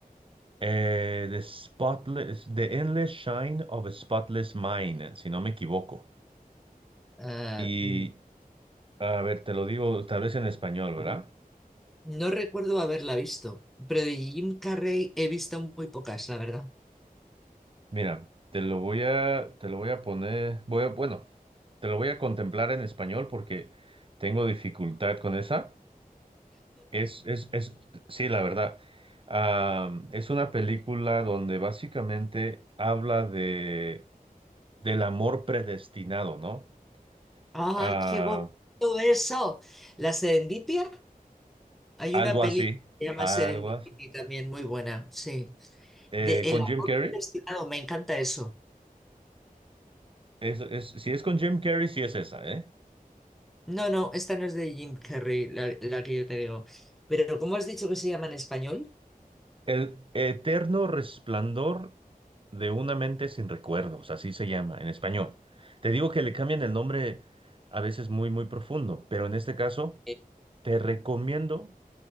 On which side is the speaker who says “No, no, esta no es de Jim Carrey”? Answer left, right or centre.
Centre